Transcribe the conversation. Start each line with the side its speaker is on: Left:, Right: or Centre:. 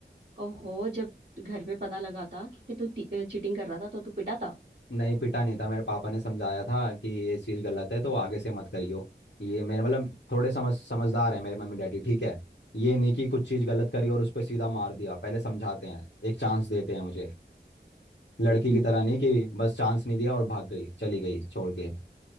Right: ओहो जब घर पे पता लगा था कि तू चीटिंग कर रहा था तो तू पिटा था
Left: नहीं पिटा नहीं था मेरे पापा ने समझाया था कि ये चीज़ गलत है तो आगे से मत करियो ये मेरे मतलब थोड़े समझ समझदार है मेरे मम्मी डैडी ठीक है ये नहीं कि कुछ चीज़ गलत करी और उस पर सीधा मार दिया पहले समझाते हैं एक चांस देते हैं मुझे लड़की
Right: हम्म।
Left: की तरह नहीं कि बस चांस नहीं दिया और भाग गई चली गई छोड़ के